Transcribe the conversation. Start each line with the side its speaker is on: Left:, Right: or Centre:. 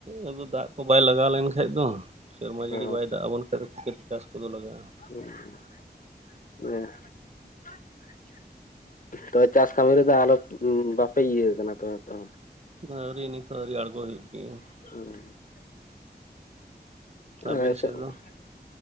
Right: ᱟᱫᱚ ᱫᱟᱜ ᱠᱚ ᱵᱟᱭ ᱞᱟᱜᱟᱣ ᱞᱮᱱᱠᱷᱟᱡ ᱫᱚ, ᱥᱮᱨᱢᱟ
Left: ᱚ
Right: ᱡᱟᱹᱲᱤ ᱵᱟᱭ ᱫᱟᱜ ᱟᱵᱚᱱ ᱠᱷᱟᱱ ᱫᱚ ᱪᱤᱠᱟᱹᱛᱮ ᱪᱟᱥ ᱠᱚᱫᱚ ᱞᱟᱜᱟᱼᱟ ᱾
Left: <unintelligible> ᱛᱚᱵᱮ ᱪᱟᱥ ᱠᱟᱹᱢᱤ ᱨᱮᱫᱚ ᱟᱞᱚ ᱵᱟᱯᱮ ᱤᱭᱟᱹ ᱠᱟᱱᱟ ᱱᱤᱛᱚᱜ ᱦᱚ
Right: ᱟᱹᱣᱨᱤ ᱱᱤᱛ ᱦᱚ ᱟᱹᱣᱨᱤ ᱟᱨᱜᱚ ᱦᱩᱭᱩᱜ <inaudible>
Left: <unintelligible> <unintelligible>
Right: ᱟᱹᱵᱤᱱ ᱥᱮᱫ ᱫᱚ